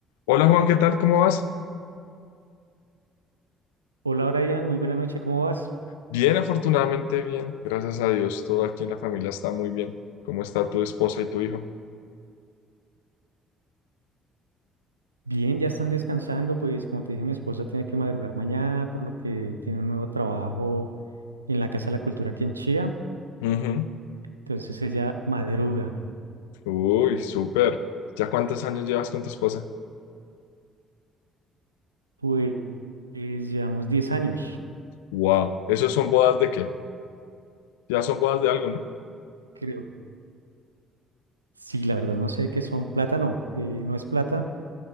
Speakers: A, on the left; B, on the right.
A: Hola Juan, ¿qué tal? ¿Cómo vas?
B: Hola Brian, muy buena noche, ¿cómo vas?
A: Bien, afortunadamente bien, gracias a Dios. Todo aquí en la familia está muy bien. ¿Cómo está tu esposa y tu hijo?
B: Bien, ya están descansando, pues como te dije, mi esposa tiene que madrugar mañana, por lo que tiene un nuevo trabajo en la Casa de la Cultura aquí en Chía,
A: Ujú.
B: entonces ella madruga.
A: Uy, súper. ¿Ya cuántos años llevas con tu esposa?
B: Pues, llevamos 10 años,
A: Wow, ¿esos son bodas de qué? Ya son bodas de algo, ¿no?
B: creo. Sí, la verdad no sé qué son plata, no, eh, no es plata,